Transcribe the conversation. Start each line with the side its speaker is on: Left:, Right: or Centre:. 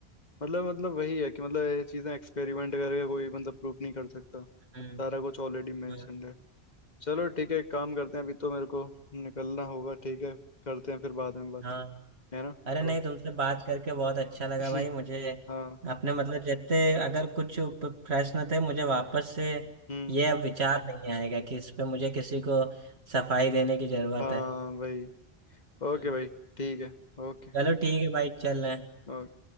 Left: मतलब मतलब वही है कि मतलब ये चीजें एक्सपेरिमेंट करके कोई मतलब प्रूफ नहीं कर सकता
Right: हम्म
Left: सारा कुछ ऑलरेडी मेंशन्ड
Right: हाँ
Left: है चलो ठीक है एक काम करते हैं अभी तो मेरे को निकलना होगा ठीक है करते हैं फिर बाद में बात
Right: हाँ
Left: है ना
Right: अरे नहीं
Left: ओके
Right: तुमसे बात करके बहुत अच्छा लगा
Left: <laughs>
Right: भाई मुझे
Left: <clears throat> हाँ
Right: अपने मतलब जितने अगर कुछ प- प्रश्न थे मुझे वापस से
Left: हम्म
Right: ये अब विचार नहीं आएगा कि इस पे मुझे किसी को सफाई देने की जरूरत
Left: हाँ
Right: है
Left: भाई ओके
Right: हम्म।
Left: भाई ठीक है ओके
Right: चलो ठीक है भाई चल रहे हैं
Left: ओके